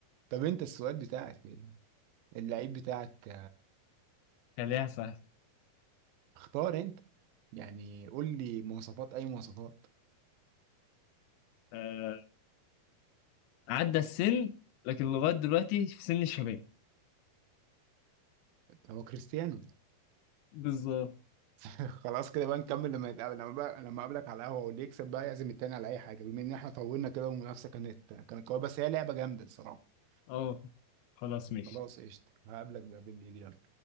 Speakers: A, on the right (about 75°); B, on the left (about 85°).
A: طب انت السؤال بتاعك إيه؟ اللعيب بتاعك
B: خليها سهل
A: اختار انت يعني قول لي مواصفات اي مواصفات
B: آه. عدى السن لكن لغايه دلوقتي في سن الشباب
A: هو كريستيانو
B: بالظبط
A: <laughs> خلاص كده بقى نكمل لما نتقابل لما بقى لما اقابلك على القهوه واللي يكسب بقى يعزم التاني على اي حاجه بما ان احنا طولنا كده والمنافسه كانت كانت قويه بس هي لعبه جامده الصراحه
B: اه خلاص ماشي
A: خلاص قشطه هقابلك بقى بالليل يلا